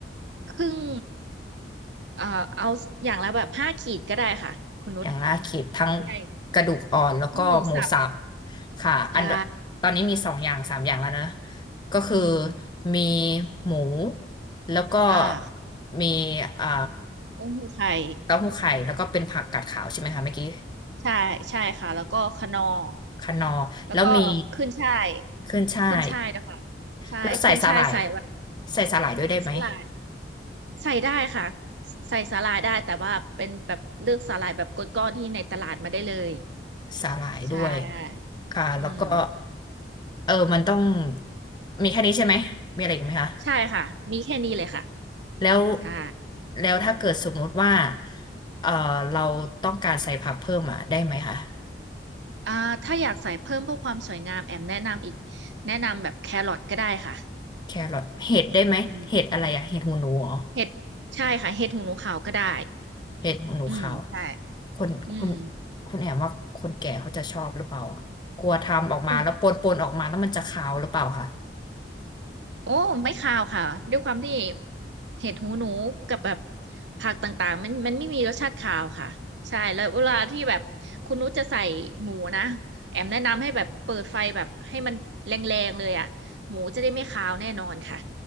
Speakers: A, on the right; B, on the left.
A: ครึ่งเอ่อเอาอย่างละแบบห้าขีดก็ได้ค่ะคุณนุช
B: อย่างล่าเขตทั้ง
A: ใช่
B: กระดูกอ่อนแล้วก็หมูสับ
A: เอาะหมูสับ
B: ค่ะอัน
A: ใช่
B: ตอนนี้มีสองอย่างสามอย่างแล้วนะก็คือ
A: อืม
B: มีหมูแล้วก็
A: อ่า
B: มีเอ่อ
A: ต้มหูไข่
B: เต้าหู้ไข่แล้วก็เป็นผักกาดขาวใช่ไหมคะเมื่อกี้
A: ใช่ใช่ค่ะแล้วก็คะนอร์
B: คะนอร์แล้วมี
A: แล้วก็ขึ้นช่าย
B: ขึ้นช่าย
A: ขึ้นช่ายนะคะใช่ขึ้นช่ายใส่แบบ
B: แล้วใส่สาหร่ายใส่สาหร่ายด้วยได้ไหม
A: สลัด ใส่ได้ค่ะใส่สาหร่ายได้แต่ว่าเป็นแบบเลือกสาหร่ายแบบก้อนๆที่ในตลาดมาได้เลย
B: สาหร่ายด้วย
A: ใช่
B: ค่ะแล้วก็
A: อืม
B: เออมันต้องมีแค่นี้ใช่ไหมมีอะไรอีกไหมคะ
A: ใช่ค่ะมีแค่นี้เลยค่ะ
B: แล้ว
A: ใช่
B: แล้วถ้าเกิดสมมติว่าเอ่อเราต้องการใส่ผักเพิ่มอ่ะได้ไหมคะ
A: อ่าถ้าอยากใส่เพิ่มเพื่อความสวยงามแอมแนะนำอีกแนะนำแบบแครอทก็ได้ค่ะ
B: แครอทเห็ดได้ไหมเห็ดอะไรอะเห็ดหูหนูเหรอ
A: อืมเห็ดใช่ค่ะเห็ดหูหนูขาวก็ได้
B: เห็ดหูหนูขาวอะ
A: อืมใช่
B: คนคุณ
A: อืม
B: คุณแอมว่าคนแก่เขาจะชอบหรือเปล่าอะกลัวทำออกมาแล้วปนปนออกมาแล้วมันจะขาวหรือเปล่าคะ
A: โอ้ โอ้ไม่คาวค่ะด้วยความที่เห็ดหูหนูกับแบบผักต่างๆมันมันไม่มีรสชาติคาวค่ะใช่แล้วเวลาที่แบบคุณนุชจะใส่หมูนะแอมแนะนำให้แบบเปิดไฟแบบให้มันแรงๆเลยอ่ะหมูจะได้ไม่คาวแน่นอนค่ะ